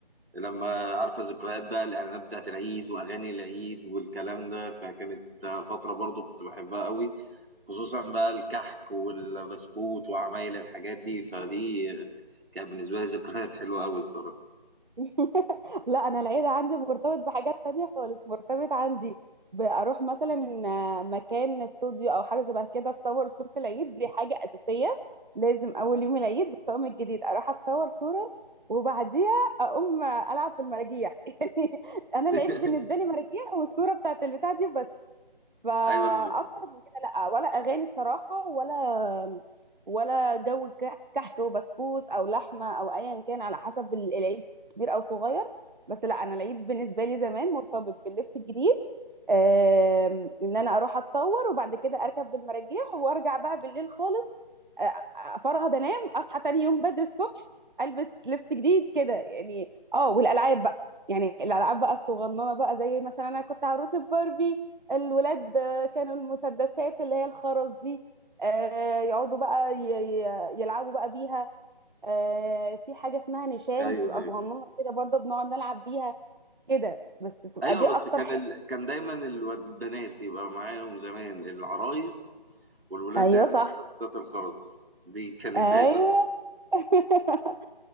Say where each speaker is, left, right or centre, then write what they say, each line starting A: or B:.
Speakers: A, on the right (about 80°); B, on the right (about 55°).
A: لما عارفه ذكريات بقى الاعلانات بتاعت العيد واغاني العيد والكلام ده فكانت آه، فتره برضو كنت بحبها قوي خصوصا بقى الكحك والبسكوت وعمايل الحاجات دي فدي آه، كانت بالنسبه لي ذكريات حلوه قوي الصراحه
B: <laughs> لا انا العيد عندي مرتبط بحاجات تانية خالص مرتبط عندي بأروح مثلا إن مكان استوديو او حاجه شبه كده اتصور صوره العيد دي حاجه اساسيه لازم اول يوم العيد بالطقم الجديد اروح اتصور صوره وبعديها اقوم العب في المراجيح <laughs> يعني انا
A: <laughs>
B: العيد بالنسبه لي مراجيح والصوره بتاعت البتاع دي بس فاكتر
A: ايوه
B: من كده لا ولا اغاني الصراحه ولا ولا جو كح- كحك وبسكوت او لحمه او ايا كان على حسب ال- العيد كبير او صغير بس لا انا العيد بالنسبه لي زمان مرتبط باللبس الجديد آم، ان انا اروح اتصور وبعد كده اركب بالمراجيح وارجع بقى بالليل خالص افرهد انام اصحى تاني يوم بدري الصبح البس لبس جديد كده يعني اه والالعاب بقى يعني الالعاب بقى الصغننه بقى زي مثلا انا كنت عروسه باربي الولاد آه، كانوا المسدسات اللي هي الخرز دي آه، يقعدوا بقى ي- ي- يلعبوا بقى بيها آه، في حاجه اسمها نشان
A: ايوه
B: بتبقى
A: ايوه
B: صغننه كده برضه بنقعد نلعب بيها كده بس بتبقى
A: ايوه
B: دي اكتر
A: بس كان
B: حاجه
A: ال... كان دايما الواد- البنات يبقى معاهم زمان العرايس والولاد
B: ايوه
A: دايما
B: صح
A: مسدسات الخرز دي كانت
B: ايوه
A: دايما
B: <laughs>